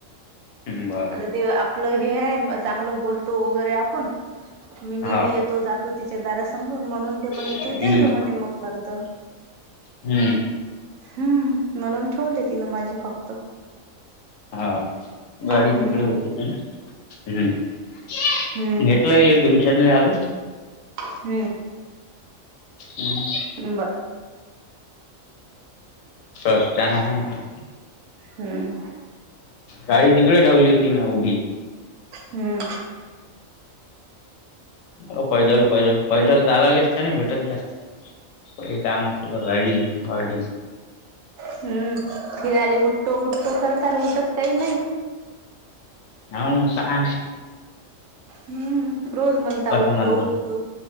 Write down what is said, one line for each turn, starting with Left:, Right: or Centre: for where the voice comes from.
Left: हम्म बरं
Right: आता ते आपलं हे आहे चांगलं बोलतो वगैरे आपण मी नेहमी
Left: हा
Right: येतो जातो तिच्या दार समोरून म्हणून ते म्हणे
Left: हम्म
Right: तू दे जा म्हणे मग नंतर
Left: हम्म
Right: हम्म म्हणून ठेवले तिन माझे फक्त
Left: हा गाडी
Right: हम्म
Left: तिकड होते काय? हम्म
Right: हम्म
Left: घेतला येले ट्यूशन ला आलो
Right: हम्म
Left: हम्
Right: बरं..
Left: तर चना आहे काय
Right: हम्म
Left: गाडी तिकडे ठेवली होती मी उभी.
Right: हम्म.
Left: हो पैदल पैदल पैदल लालेसते <unintelligible> नाही भेटत जास्त. सगळी काम अस गडी गाडी
Right: हम्म फिराले उठतो उठतो करताना उठत काही नाही.
Left: हो ना हुता आन
Right: हम्म रोज म्हणता उठतो
Left: नंतर
Right: उठतो